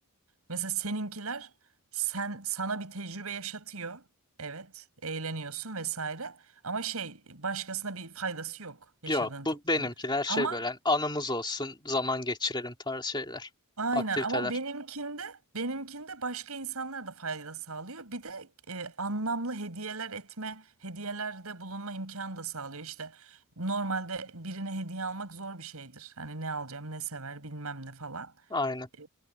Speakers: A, on the right; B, on the left.
A: Mesela seninkiler sen sana bir tecrübe yaşatıyor. Evet, eğleniyorsun vesaire. Ama şey başkasına bir faydası yok yaşadığın
B: Yok
A: tecrübenin.
B: bu benimkiler şey
A: Ama
B: böyle hani anımız olsun zaman geçirelim tarz şeyler.
A: aynen
B: Aktiviteler.
A: ama benimkinde benimkinde başka insanlar da fayda sağlıyor. Bir de e, anlamlı hediyeler etme, hediyelerde bulunma imkanı da sağlıyor. İşte normalde birine hediye almak zor bir şeydir. Hani ne alacağım, ne sever, bilmem ne falan.
B: Aynen.
A: e,